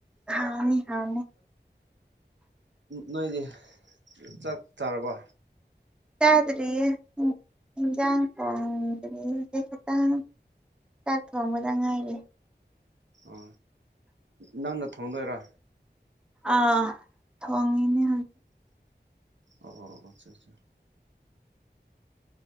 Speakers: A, in the centre; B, on the right.
A: ꯍꯥꯡꯅꯤ ꯍꯅꯦ <unintelligible>
B: ꯅꯣꯏꯗꯤ ꯆꯥꯛ ꯆꯥꯔꯕꯣ
A: ꯆꯥꯗꯔꯤꯑ ꯍꯦꯟ ꯖꯥꯡ ꯊꯣꯡꯉꯏ ꯍꯧꯖꯤꯛꯇ ꯆꯥꯛ ꯊꯣꯡ ꯕ ꯗ ꯉꯥꯏꯔꯤ
B: ꯑ ꯅꯪꯅ ꯊꯣꯡꯗꯣꯏꯔꯥ
A: ꯑꯥ ꯊꯣꯡꯉꯤꯅꯦ
B: ꯑꯣ ꯑꯆꯥ ꯑꯠꯆꯥ